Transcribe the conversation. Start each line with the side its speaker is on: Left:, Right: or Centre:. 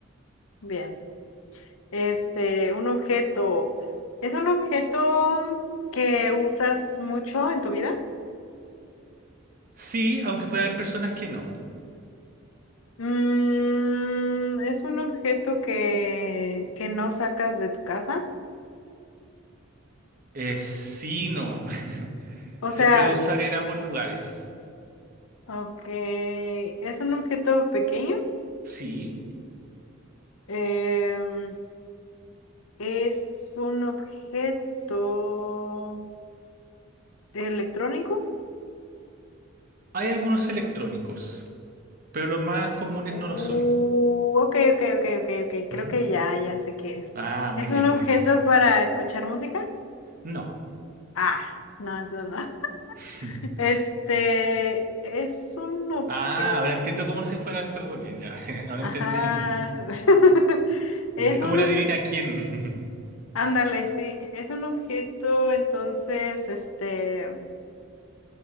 Left: bien. Este, un objeto. ¿Es un objeto que usas mucho en tu vida?
Right: Sí, aunque puede haber personas que no.
Left: Mm, ¿es un objeto que, que no sacas de tu casa?
Right: Eh, sí, no. <laughs>
Left: O
Right: Se
Left: sea,
Right: puede usar
Left: s-
Right: en ambos lugares.
Left: ok, ¿es un objeto pequeño?
Right: Sí,
Left: Em, ¿es un objeto electrónico?
Right: hay algunos electrónicos, pero los más comunes
Left: Uh,
Right: no lo son.
Left: ok, ok, ok, ok, ok, creo
Right: Ujú.
Left: que ya, ya sé qué es.
Right: Ah, muy
Left: ¿Es
Right: bien,
Left: un objeto
Right: muy bien.
Left: para escuchar música?
Right: No.
Left: Ah, no, entonces no. <laughs>
Right: <laughs>
Left: Este es un objeto.
Right: Ah, ahora entiendo cómo se juega el juego bien, ya. <laughs> Ahora
Left: Ajá.
Right: entendí. <laughs>
Left: <laughs> Es
Right: Es como
Left: un
Right: la
Left: objeto.
Right: adivina quién.
Left: Ándale, sí. Es un objeto, entonces, este.